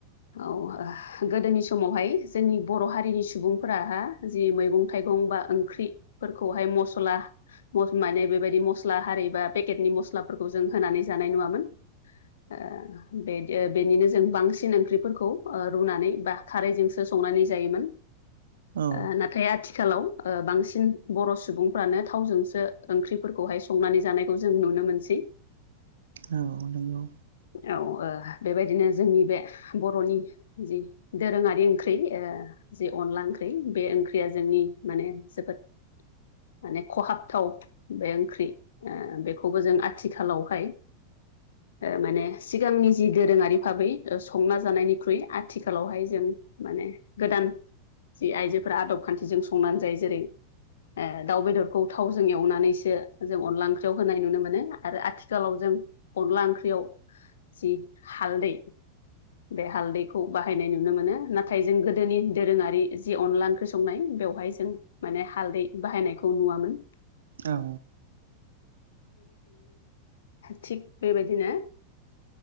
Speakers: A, on the left; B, on the right.
A: औ गोदोनि समावहाय जोंनि बर हारिनि सुबुंफोरा जि मैगं थाइगं बा ओंख्रि फोरखौहाय मसला माने बेबायदि मस्ला हारि बा पेकेटनि मस्लाफोरखौ जों होनानै जानाय नुङामोन ओ बेदि ओ बेनिनो जों बांसिन ओंख्रिफोरखौ ओ रुनानै बा खारैजोंसो संनानै जायोमोन
B: औ
A: ओ ना नाथाय आथिखालाव ओ बांसिन बर सुबुंफ्रानो थावजोंसो ओंख्रिफोरखौहाय स संनानै जानायखौ जों नुनो मोनसै
B: औ नोंगौ
A: औ ओ बेबायदिनो जोंनि बे बर'नि जि दोरोङारि ओंख्रि ओंख्रि ओ जि अनला ओंख्रि बे ओंख्रिया जोंनि माने जोबोद माने खहाबथाव बे ओंख्रि ओ बेखौबो जों आथिखालावहाय ओ माने सिगांनि जि दोरोङारि भाबै संना जानायनिख्रुइ आथिखालावहाय जों माने गोदान जि आइजोफोरा आदब खान्थिजों संनानै जायो जेरै दाउ बेदरखौ थावजों एवनानैसो जों अनला ओंख्रियाव होनाय नुनो मोनो आरो आथिखालाव जों अनला ओंख्रियाव जि हालदै बे हालदैखौ बाहायनाय नुनो मोनो ना नाथाय जों गोदोनि दोरोङारि जि अनला ओंख्रि संनाय बेवहाय जों माने हालदै बाहायनायखौ नुवामोन
B: औ
A: थिग बेबायदिनो